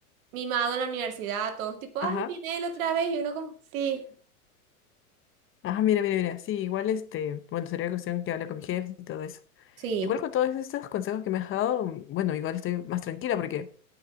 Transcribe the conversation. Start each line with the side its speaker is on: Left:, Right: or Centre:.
Right: mm, mimado en la universidad, todos tipo, ay,
Left: Ajá.
Right: viene él otra vez y uno como, sí,
Left: Ajá, mira, mira, mira. Sí, igual este, bueno, sería cuestión que hable con mi jefe y todo eso.
Right: sí.
Left: Igual con todos estos consejos que me has dado, mm, bueno, igual estoy más tranquila porque,